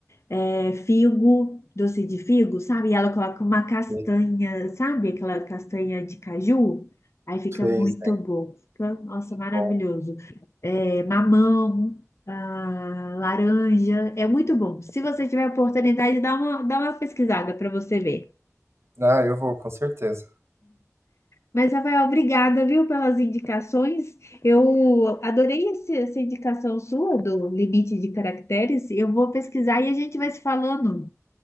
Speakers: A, on the left; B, on the right.
A: é, figo, doce de figo, sabe? E ela coloca uma castanha,
B: ela
A: sabe? Aquela castanha de caju. Aí fica
B: fez,
A: muito
B: tá
A: bom. Fica, nossa, maravilhoso.
B: bom.
A: É, mamão, ah, laranja. É muito bom. Se você tiver a oportunidade, dá uma, dá uma pesquisada para você ver.
B: Ah, eu vou, com certeza.
A: Mas, Rafael, obrigada, viu, pelas indicações. Eu adorei esse- essa indicação sua do limite de caracteres. Eu vou pesquisar e a gente vai se falando.